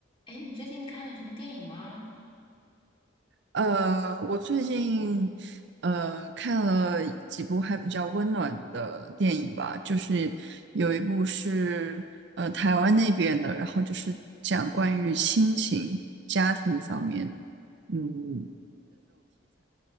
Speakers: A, on the left (about 25°); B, on the right (about 60°).
A: 哎，你最近看了什么电影吗？
B: 呃，我最近呃看了几部还比较温暖的电影吧，就是有一部是呃台湾那边的，然后就是讲关于亲情、家庭方面，嗯，